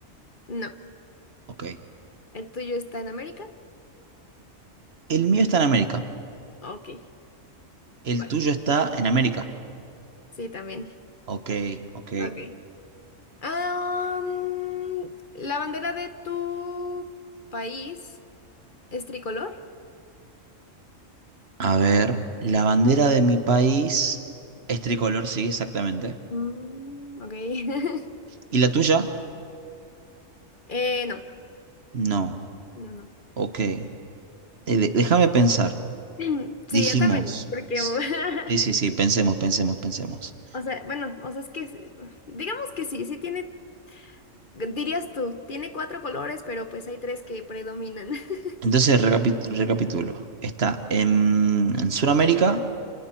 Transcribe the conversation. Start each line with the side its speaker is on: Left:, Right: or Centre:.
Left: No.
Right: Ok.
Left: ¿El tuyo está en América?
Right: El mío está en América.
Left: Ok.
Right: ¿El
Left: Vale.
Right: tuyo está en América?
Left: Sí, también.
Right: Ok, ok.
Left: Ok. Ah, mm, ¿la bandera de tu país es tricolor?
Right: A ver, la bandera de mi país es tricolor, sí, exactamente.
Left: Mm, ok. <laughs>
Right: ¿Y la tuya?
Left: Eh, no.
Right: No.
Left: No, no.
Right: Ok. Eh, de- déjame pensar.
Left: <laughs> <clears throat> Sí,
Right: Dijimos,
Left: yo también, porque, <laughs>
Right: sí, sí, sí, pensemos, pensemos, pensemos.
Left: o sea, bueno, o sea, es que, sí, digamos que sí, sí tiene, dirías tú, tiene cuatro colores, pero pues hay tres que predominan. <laughs>
Right: Entonces, recapi- recapitulo. Está en, en Sudamérica